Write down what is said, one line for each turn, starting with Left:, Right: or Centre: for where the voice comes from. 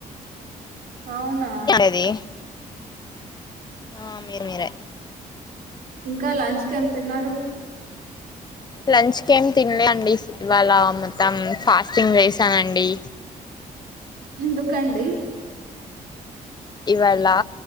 Right: అవునా
Left: అది ఆ మీరు మీరే
Right: ఇంకా లంచ్ కి ఎమ్ తిన్నారు
Left: లంచ్కీ ఏం తినలే అండి ఇవాళ మొత్తం ఫాస్టింగ్ వేశానుఅండి
Right: ఎందుకండి
Left: ఇవాళ